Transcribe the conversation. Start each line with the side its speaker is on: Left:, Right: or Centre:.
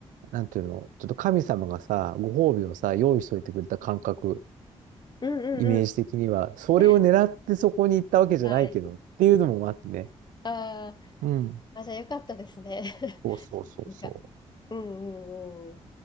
Right: なんていうの、ちょっと神様がさ、ご褒美をさ、用意しといてくれた感覚、
Left: うんうん。
Right: イメージ的には、それを狙ってそこに行ったわけじゃないけど、
Left: <laughs> はい。
Right: っていうのもあってね。
Left: あー
Right: うん。
Left: あ、じゃあよかったですね。
Right: そうそうそうそう。
Left: <laughs> なんか、うんうんうん。